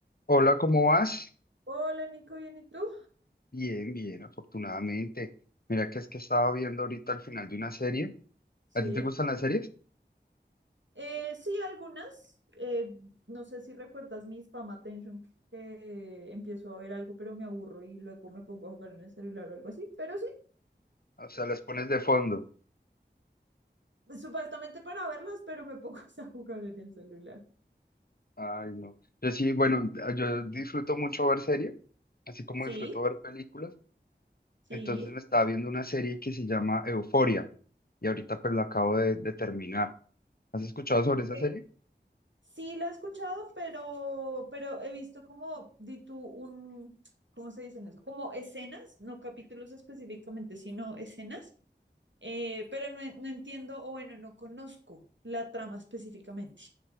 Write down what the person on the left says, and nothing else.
Hola, ¿cómo vas?
Bien, bien, afortunadamente. Mira que es que estaba viendo ahorita al final de una serie.
¿A ti te gustan las series?
O sea, las pones de fondo.
Ay, no. Yo sí, bueno, yo disfruto mucho ver series, así como
disfruto ver películas.
Entonces me estaba viendo una serie que se llama Euforia y ahorita pues la acabo de, de terminar. ¿Has escuchado sobre
esa serie?